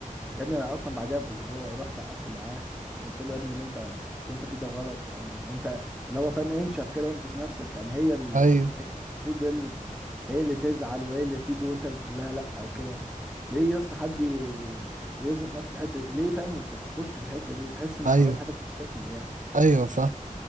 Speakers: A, in the centre; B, on the right.
A: يا ابني انا اصلا بعدها باسبوع رحت قعدت معاه قلت له يا ابني اللي انت اللي انت فيه ده غلط يعني انت اللي هو فاهم انشف كده وامسك نفسك يعني هي اللي
B: ايوه
A: هي المفروض هي اللي ت- هي اللي تزعل وهي اللي تيجي وانت اللي تقول لها لا او كده ليه يا اسطى حد ي- يزنق نفسه الحته دي ليه فاهم تخش في الحته دي وتحس ان
B: ايوه
A: خلاص حياتك مش هتكمل يعني
B: ايوه فاهم